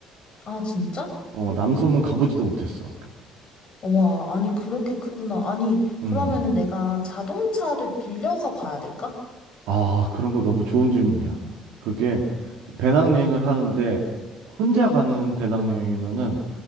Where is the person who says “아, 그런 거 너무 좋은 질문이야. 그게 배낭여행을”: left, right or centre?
Right